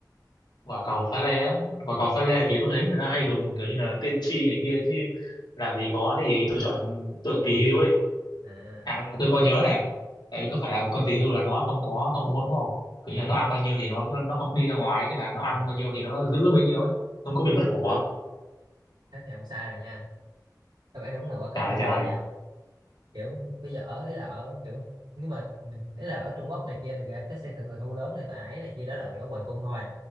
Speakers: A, on the left; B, on the right.
A: quả cầu pha lê á quả cầu
B: đúng
A: pha
B: rồi
A: lê thì tôi thấy người ta hay dùng kiểu như là tiên tri này kia chứ làm gì có thế gì tôi chọn tượng tỷ hưu ấy
B: à
A: à tôi có nhớ này tại vì có phải là con tỷ hưu là nó không có hậu môn đúng không kiểu
B: ờ
A: như là nó ăn bao nhiêu thì nó nó không đi ra ngoài thế là nó ăn
B: ừ.
A: bao nhiêu thì nó giữ bấy nhiêu ấy không có bị mất của
B: ừ. thế thì không sai rồi nha các bạn đúng là quả cầu
A: trời
B: pha lê
A: trời
B: nha kiểu bây giờ ở ý là ở kiểu nếu mà ý là ở Trung Quốc này kia thì người ta cái xây tận tận thu lớn người ta ấy này kia đó là kiểu ở hoàng cung thôi